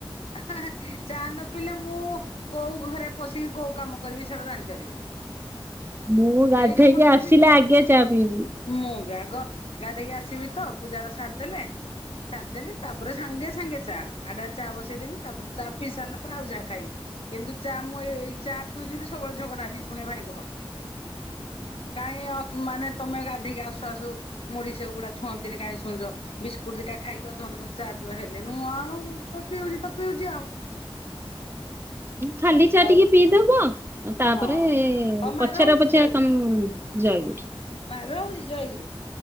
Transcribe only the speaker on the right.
ମୁଁ ଗାଧେଇକି
ଆସିଲେ
ଆଗେ ଚା ପିଇବି।
ଖାଲି ଚା
ଟିକେ ପିଇଦବ ତାପରେ
ପଛରେ
ପଛେ
ତ ମ୍ ଜୟଗୁର୍।